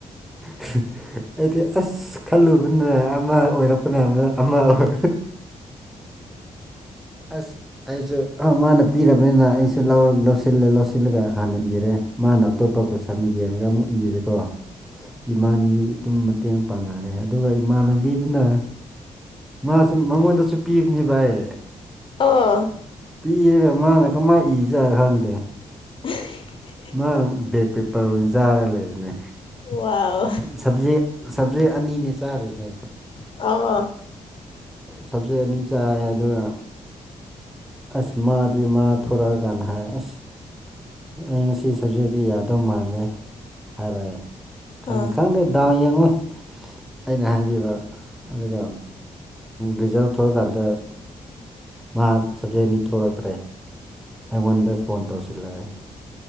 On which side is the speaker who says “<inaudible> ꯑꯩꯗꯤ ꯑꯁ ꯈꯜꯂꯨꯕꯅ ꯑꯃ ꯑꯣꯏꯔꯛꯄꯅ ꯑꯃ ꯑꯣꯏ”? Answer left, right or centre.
Centre